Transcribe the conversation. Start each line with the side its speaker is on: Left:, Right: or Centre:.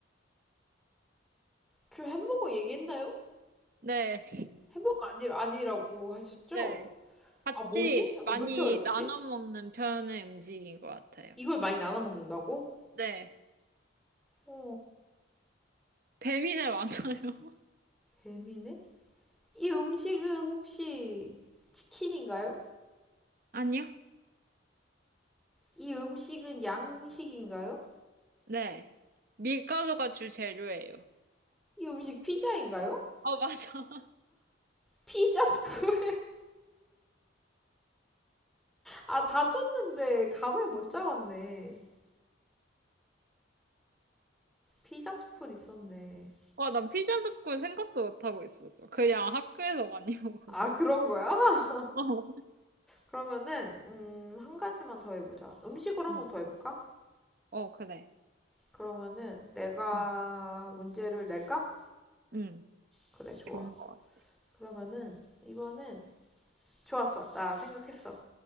Centre: 저 햄버거 얘기했나요?
Right: 네.
Centre: 햄버거 아니 아니라고 하셨죠?
Right: 네. 같이
Centre: 아 뭐지? 어,
Right: 많이
Centre: 왜 이렇게 어렵지?
Right: 나눠 먹는 편의 음식인 것 같아요.
Centre: 이걸 많이 나눠 먹는다고?
Right: 네.
Centre: 어
Right: 배민에 많아요. <laughs>
Centre: 뱀이네? 이 음식은 혹시 치킨인가요?
Right: 아니요?
Centre: 이 음식은 양식인가요?
Right: 네. 밀가루가 주재료예요.
Centre: 이 음식 피자인가요?
Right: 어, 맞아.
Centre: 피자 스쿨 <laughs> 아 다 줬는데 감을 못 잡았네. 피자 스쿨 있었네.
Right: 와, 난 피자 스쿨 생각도 못하고 있었어. 그냥 학교에서 많이 <laughs> 먹어서.
Centre: 아 그런 거야? <laughs>
Right: 어,
Centre: 그러면은 음, 한 가지만 더 해보자. 음식으로 한번
Right: 응.
Centre: 더 해볼까?
Right: 어, 그래.
Centre: 그러면은 내가
Right: 응,
Centre: 문제를 낼까?
Right: 응.
Centre: 그래, 좋아.
Right: 좋은 것 같아.
Centre: 그러면은 이번엔 좋았어. 나 생각했어.